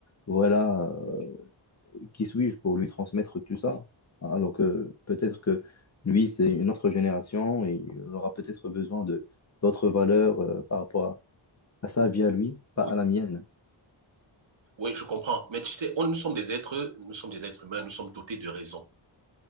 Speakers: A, on the left; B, on the right.
A: voilà, euh,
B: Ouais.
A: qui suis-je pour lui transmettre tout ça? Alors que peut-être que lui, c'est une autre génération et il aura peut-être besoin de d'autres valeurs euh, par rapport à, à sa vie à lui,
B: Oui,
A: pas à la mienne.
B: oui, je comprends. Mais tu sais, on, nous sommes des êtres, nous sommes des êtres humains, nous sommes dotés de raison.